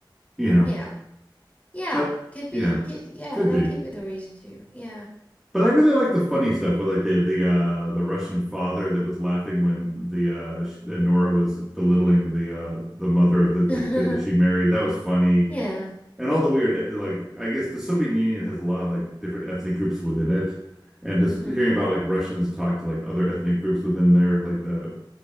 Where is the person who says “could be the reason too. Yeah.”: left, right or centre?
Left